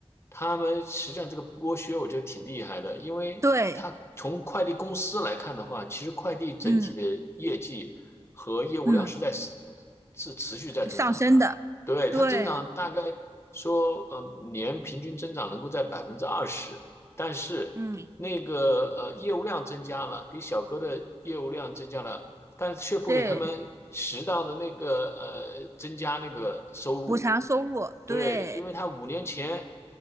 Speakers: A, on the left (about 25°); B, on the right (about 25°).
A: 他们实际上这个剥削，我觉得挺厉害的，因为他从快递公司来看的话，
B: 对，
A: 其实快递整体的业绩和业务量是在
B: 嗯嗯，
A: 是持续在增长的，
B: 上升的，
A: 对，
B: 对，
A: 它增长大概说，呃，年平均增长能够在百分之二十，但是那个呃业务量增加了，
B: 嗯
A: 给小哥的业务量增加了但却不给他们适当的那个呃增加那个收入。
B: 对，补偿收入，
A: 对，
B: 对，
A: 因为他五年前